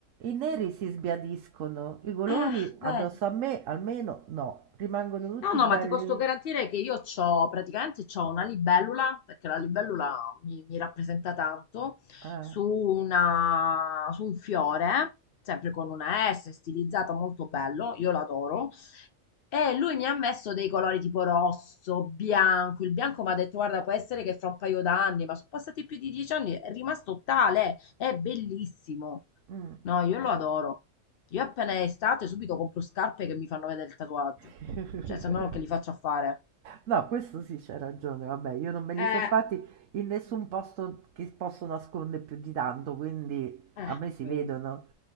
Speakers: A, on the right; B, on the left.
A: I neri si sbiadiscono, i colori
B: Eh,
A: addosso
B: vedi.
A: a me almeno no, rimangono tutti
B: No, no,
A: belli.
B: ma ti posso garantire che io c'ho, praticamente c'ho una libellula, perché la libellula mi, mi rappresenta tanto,
A: Ah,
B: su una, su un fiore, sempre con una S, stilizzata, molto bello, io l'adoro, e lui mi ha messo dei colori tipo rosso, bianco, il bianco mi ha detto, guarda, può essere che fra un paio d'anni, ma sono passati più di dieci anni, è rimasto tale, è bellissimo.
A: mm.
B: No, io lo adoro. Io appena è estate subito compro scarpe che mi fanno vedere il tatuaggio.
A: <laughs>
B: Cioè, se no che li faccio a fare?
A: No, questo sì c'è ragione, vabbè, io non me li
B: Eh,
A: sono fatti in nessun posto che posso nascondere più di tanto, quindi
B: eh,
A: a me si
B: quindi.
A: vedono.